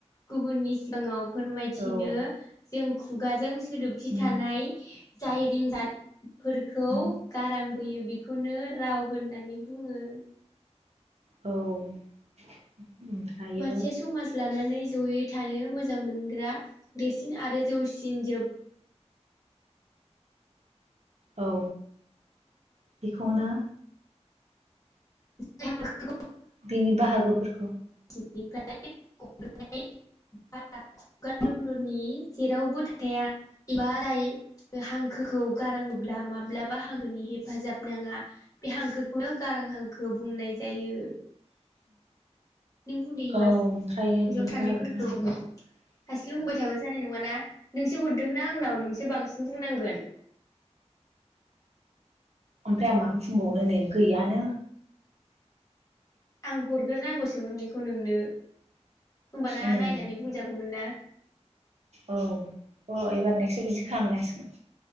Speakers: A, on the left; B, on the right.
A: गुबुननि सिगाङाव फोरमायथिनो
B: औ
A: जों खुगाजों सोदोबथि
B: उम
A: थानाय जाय दिन जालि फोरखौ
B: उम
A: गारांबोयो बेखौनो राव होननानै बुङो।
B: औ ओमफ्रायो
A: मानसिया समाज लानानै जयै थानो मोजां मोनग्रा देरसिन आरो जौसिन जोब
B: औ बेखौनो
A: <unintelligible>
B: बिनि बाहागोफोरखौ
A: <unintelligible> बेनिफ्राय खुगार दन्दनि जेरावबो थाब थाया एबा जाय हांखोखौ गारां बोयोब्ला माब्लाबा हांखोनि हेफाजाब नाङा बे हांखो नो गारां हांखो बुंनाय जायो नों बुंदो एबार
B: औ ओमफ्रायो
A: गोसोआव
B: बिनि
A: थानायफोरखौ।
B: बाहागोफ्रा
A: सासेल बुंबाय थाबा जानाय नङाना नोंसो हरदोंना आंनाव नोंसो बांसिन बुंनांगोन
B: ओमफ्राय आं माखौ बुंबावनो नै गैयानो
A: आं हरग्रोनांगौसोमोन बेखौ नोंनो होमबाना
B: उम
A: नायनानै बुंजागौमोन ना
B: औ अ एबार नेक्स बिदि खालामनांसिगोन